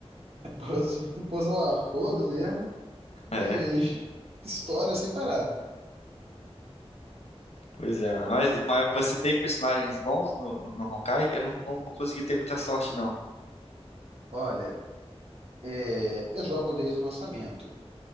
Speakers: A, on the right; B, on the left.
A: é puzzle, <laughs> puzzle a rodo mesmo
B: É,
A: e
B: é.
A: <laughs> história sem parar.
B: pois é. Mas, mas você tem personagens bons no, no Honkai? Eu não, não não consegui ter muita sorte, não.
A: Olha, é, eu jogo desde o lançamento.